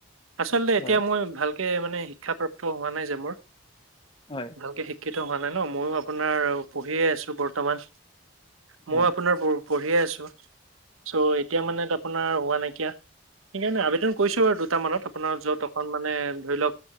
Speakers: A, on the right; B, on the left.
A: আচলতে এতিয়া
B: হয়,
A: মই ভাল তে মানে শিক্ষা প্ৰাপ্ত হোৱা নাই যে মোৰ।
B: হয়,
A: ভালকে শিক্ষা শিক্ষিত হোৱা নাই ন ময়ো আপোনাৰ পঢ়িয়ে আছো বৰ্তমান। মই
B: হয়,
A: আপোনাৰ প পঢ়িয়ে আছোঁ চ' এতিয়া মানে আপোনাৰ হোৱা নাইকিয়া সেইকাৰণে আবেদন কৰিছোঁ আৰু দুটামানত আপোনাৰ য'ত অকণ মানে ধৰি লওক